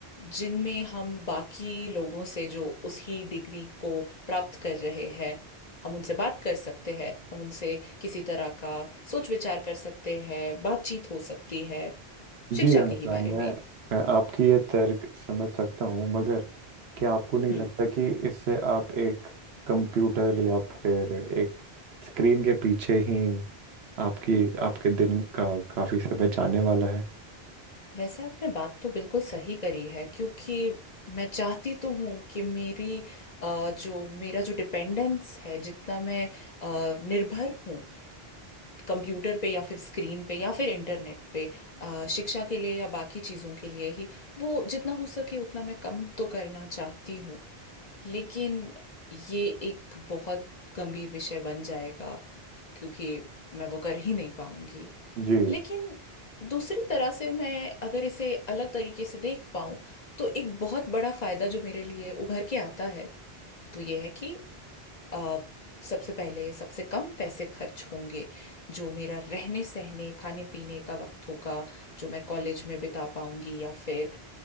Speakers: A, on the left (about 45°); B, on the right (about 85°).
A: जिनमें हम बाकी लोगों से जो उसी डिग्री को प्राप्त कर रहे हैं हम उनसे बात कर सकते हैं हम उनसे किसी तरह का सोच विचार कर सकते हैं बातचीत हो सकती है शिक्षा
B: जी आशा
A: के ही बारे
B: मैं
A: में
B: मैं आपकी ये तर्क समझ सकता हूँ मगर क्या आपको नहीं
A: हम्म
B: लगता कि इससे आप एक कंप्यूटर या फिर एक स्क्रीन के पीछे ही आपकी आपके दिन का काफ़ी समय जाने वाला है
A: वैसे आपने बात तो बिल्कुल सही करी है क्योंकि मैं चाहती तो हूँ कि मेरी अ, जो मेरा जो डिपेंडेंस है जितना मैं अ, निर्भर हूँ कंप्यूटर पे या फिर स्क्रीन पे या फिर इंटरनेट पे अ, शिक्षा के लिए या बाकी चीज़ों के लिए ही वो जितना हो सके उतना मैं कम तो करना चाहती हूँ लेकिन ये एक बहुत गंभीर विषय बन जाएगा क्योंकि मैं वो कर ही नहीं पाऊंगी
B: जी
A: लेकिन दूसरी तरह से मैं अगर इसे अलग तरीके से देख पाऊं तो एक बहुत बड़ा फायदा जो मेरे लिए उभर के आता है वो ये है कि अ, सबसे पहले सबसे कम पैसे खर्च होंगे जो मेरा रहने सहने खाने पीने का वक्त होगा जो मैं कॉलेज में बिता पाऊंगी या फिर